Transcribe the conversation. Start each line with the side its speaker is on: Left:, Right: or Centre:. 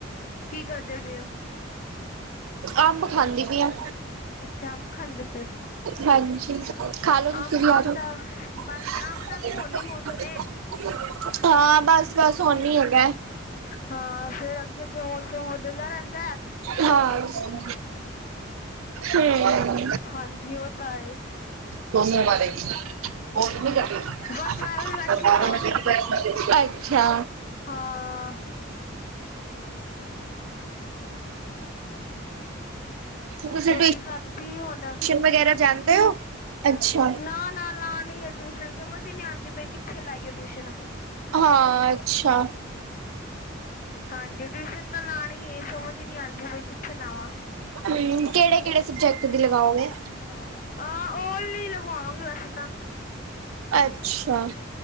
Left: ਕੀ ਕਰਦੇ ਪੇ ਓ?
Right: ਅੰਬ ਖਾਂਦੀ ਪੀ ਆਂ।
Left: ਅੱਛਾ ਅੰਬ ਖਾਂਦੇ ਪਏ ਹੋ
Right: ਹਾਂਜੀ। ਖਾ ਲੋ ਤੁਸੀਂ
Left: ਅੰਬ
Right: ਵੀ ਆਜੋ। <unintelligible>
Left: ਦਾ ਬਸ ਅੰਬ ਦਾ ਵੀ ਹੁਣ ਨੀ ਮੌਸਮ ਏ
Right: ਹਾਂ, ਬਸ ਬਸ ਹੁਨ ਵੀ ਹੈਗਾ।
Left: ਹਾਂ, ਫੇਰ ਅੱਗੇ-ਅੱਗੇ ਮੌਸਮ ਬਦਲਦਾ ਰੈਂਦਾ।
Right: ਹਾਂ। <unintelligible> ਹਂ।
Left: ਹਾਂਜੀ ਉਹ ਤਾਂ ਹੈ
Right: ਤੁਮਨੇਂ ਮਾਰੇ <unintelligible> <unintelligible>
Left: ਬਸ ਮੈਂ ਵੀ ਬੈਠੀ ਸਾਂ ਹੁਣ
Right: ਅੱਛਾ।
Left: ਹਾਂ।
Right: ਤੁਸੀਂ
Left: ਰੋਟੀ ਖਾਧੀ ਹੁਣ।
Right: ਟਿਊਸ਼ਨ ਵਗੈਰਾ ਜਾਂਦੇ ਹੋ? ਅੱਛਾ।
Left: ਨਾਂ ਨਾਂ, ਲਾਣੀ ਐ ਟਵੀਸ਼ਨ ਸਮਝ ਈ ਨੀਂ ਆਂਦੀ ਪਈ ਕਿੱਥੇ ਲਾਇਏ ਟਵੀਸ਼ਨ।
Right: ਹਾਂ, ਅੱਛਾ।
Left: ਹਾਂਜੀ ਟਿਊਸ਼ਨ ਤਾਂ ਲਾਣੀ ਐ, ਸਮਝ ਈ ਨੀਂ ਆਂਦੀ ਬਈ ਕਿੱਥੇ ਲਾਵਾਂ।
Right: ਹਂ, ਕੇੜੇ-ਕੇੜੇ ਸਬਜੈਕਟ ਦੀ ਲਗਾਓਗੇ।
Left: ਹਾਂ, ਓ ਵਾਲੀ ਲਗਵਾ ਵਾਂਗੇ ਵੈਸੇ ਤਾਂ।
Right: ਅੱਛਾ।